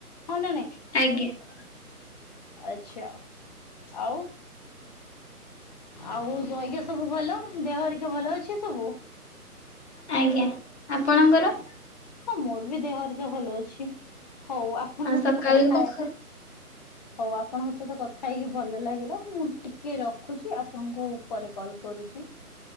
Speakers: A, on the left; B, on the left.
A: ହଁ ନା ନାଇଁ?
B: ଆଜ୍ଞା।
A: ଆଚ୍ଛା ଆଉ। ଆଉ ଜଇକା ସବୁ ଭଲ ଦେହ ହେରିକା ଭଲ ଅଛି ସବୁ?
B: ଆଜ୍ଞା ଆପଣଙ୍କର
A: ହଁ ମୋର ବି ଦେହ ହରିକା ଭଲ ଅଛି, ହଉ ଆପଣଙ୍କ
B: ଆଉ
A: ସହିତ
B: ସକାଳୁ
A: କଥା
B: କଣ
A: ହେ ହଉ ଆପଣଙ୍କ ସହିତ କଥା ହେଇକି ଭଲ ଲାଗିଲା ମୁଁ ଟିକେ ରଖୁଚି ଆପଣଙ୍କୁ ପରେ କଲ୍ କରୁଛି।